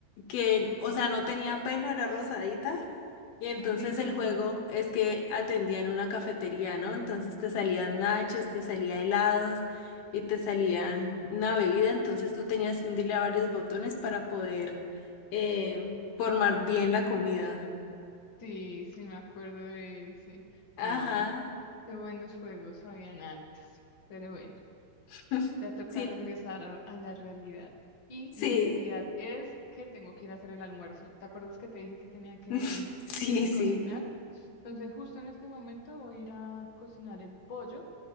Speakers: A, on the left; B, on the left.
A: que, o sea, no tenía pelo, era rosadita. Y entonces
B: Sí, sí,
A: el
B: sí.
A: juego es que atendía en una cafetería, ¿no? Entonces te salían nachos, te salía helados y te salían una bebida, entonces tú tenías que hundirle a varios botones para poder eh, formar bien la comida.
B: Sí, sí, me acuerdo de ese.
A: Ajá,
B: Ay, qué buenos juegos habían antes. Pero bueno.
A: <laughs>
B: Ya toca
A: sí,
B: regresar a, a la realidad. Y
A: sí,
B: mi realidad es que tengo que ir a hacer el almuerzo. ¿Te acuerdas que te dije que tenía que
A: <laughs> sí, sí.
B: cocinar? Entonces, justo en este momento voy a ir a cocinar el pollo